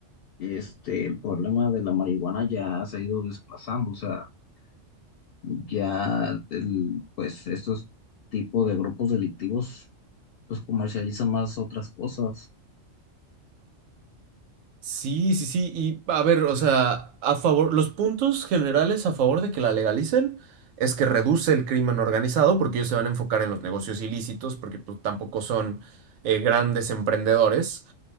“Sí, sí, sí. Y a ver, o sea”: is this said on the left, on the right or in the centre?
Right